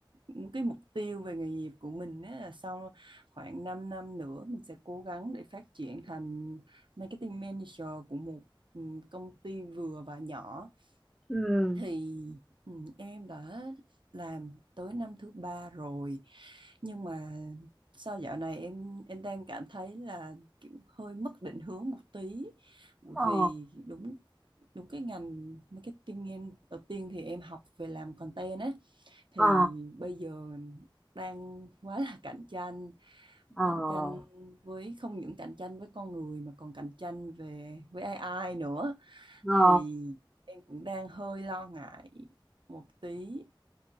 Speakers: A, on the right; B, in the centre.
A: những cái mục tiêu về nghề nghiệp của mình ấy là sau khoảng 5 năm nữa mình sẽ cố gắng để phát triển thành marketing manager của một ừ, công ty vừa và nhỏ
B: ừ
A: thì ừ, em đã làm tới năm thứ ba rồi nhưng mà sao dạo này em em đang cảm thấy là kiểu hơi mất định hướng một tí bởi vì
B: ờ
A: đúng đúng cái ngành marketing em đầu tiên thì em học về làm content á thì
B: ờ
A: bây giờ đang quá là <laughs> cạnh tranh
B: ờ
A: cạnh tranh với không những cạnh tranh với con người mà còn cạnh tranh về với AI nữa thì
B: ờ
A: em cũng đang hơi lo ngại một tí